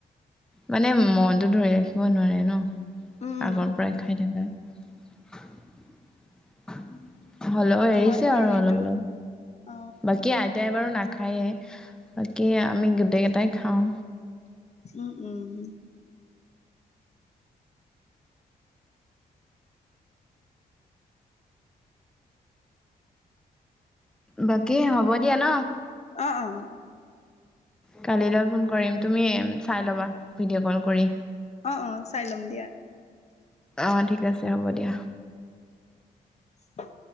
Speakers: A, in the centre; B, on the left.
A: মানে মনটো ধৰি ৰাখিব নোৱাৰে ন
B: উম
A: আগৰ পৰাই খাই থাকাকে হলেও এৰিছে
B: হয় বাৰু
A: আৰু
B: সেইটো
A: অলপ অলপ
B: অ
A: বাকী আ এতিাই বাৰু নাখায়েই বাকী আমি গোটেইকেইটাই খাওঁ
B: উম উম
A: বাকী হ'ব দিয়া ন
B: অ অ
A: কালিলৈ ফোন কৰিম তুমি চাই ল'বা ভিডিঅ' কল কৰি
B: অ অ চাই ল'ম দিয়া
A: অ ঠিক আছে হ'ব দিয়া
B: হয়